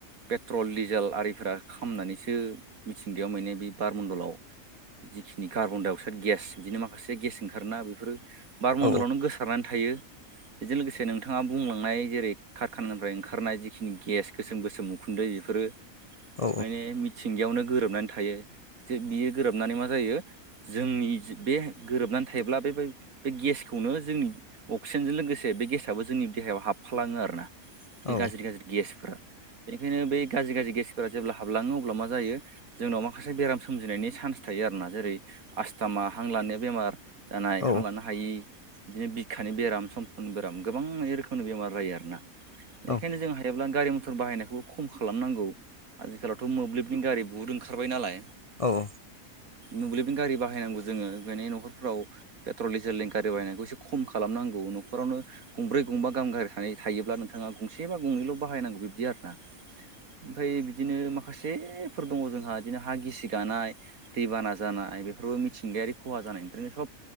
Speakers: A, on the right (about 75°); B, on the left (about 40°).
A: पेट्रल डिजेल आरिफोरा खामनानैसो मिथिंगायाव माने बे बारमण्डलाव जिखिनि कार्बन डाइ अक्साइद गेस बिदिनो माखासे गेस ओंखारोना बेफोरो बार मन्दलावनो
B: औ
A: गोसारनानै थायो। बेजों लोगोसे नोंथाङा बुंलांनाय जेरै कारखानानिफ्राय ओंखारनाय जिखिनि गेस गोसोम गोसोम उखुन दै बेफोरो
B: औ
A: माने मिथिंगायावनो गोरोबनानै थायो बियो गोरोबनानै मा जायो जोंनि बे गोरोबनानै थायोब्ला बेबाय बे गेसखौनो जोंनि अक्सिजेनजों लोगोसे बे गेसाबो जोंनि देहायाव हाबफालाङो आरोना। बे
B: औ
A: गाज्रि गाज्रि गेसफोरा बेनिखायनो बे गाज्रि गाज्रि गेसफोरा जेब्ला हाबलाङो अब्ला मा जायो जोंनाव माखासे बेराम सोमजिनायनि सान्स थायो आरोना जेरै आस्थामा हां लानाया बेमार जानाय
B: औ
A: हां लानो हायि बिदिनो बिखानि बेराम सम्पनि बेराम गोबां बे रोखोमनि बेमार जायो आरोना। बेनिखायनो
B: औ
A: जों हायोब्ला गारि मथर बाहायनायखौबो खम खालामनांगौ। आजिखालावथ' मोब्लिबनि गारि बुहुद ओंखारबाय नालाय
B: औ
A: मोब्लिबनि गारि बाहायनांगौ जोङो बेनो न'खरफ्राव पेट्रल डिजेलनि गारि बाहायनायखौ एसे खम खालामनांगौ। न'खरावनो गंब्रै गंबा गाहाम गारि सानाय थायोब्ला नोंथाङा गंसे बा गंनैल' बाहायनांगौ बिब्दि आरोना। ओमफ्राय बिब दिनो माखासेफोर दङ जोंहा बिदिनो हा गिसि गानाय दै बाना जानाय बेफोरबो मिथिंगायारि खहा जानाय ओमफ्रायनो सब